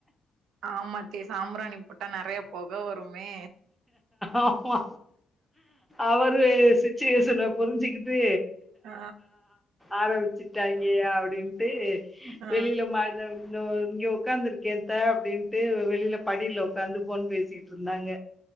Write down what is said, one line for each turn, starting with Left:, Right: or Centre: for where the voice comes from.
Right: ஆமாத்தே சாம்புராணி போட்டா நறைய பொக வரும் மே
Centre: ஆமா அவரு சுச்சுவேஷன புரிஞ்சுக்கிட்டு
Right: ஆ
Centre: ஆரம்பிச்சுட்டாங்கயா அப்டின்ட்டு
Right: ஆ
Centre: வெளியில ம <unintelligible> இங்க உக்காந்துருக்கே த அப்டின்ட்டு வெளியில படியில உக்காந்து ஃபோன் பேசி ட்ருந்தாங்க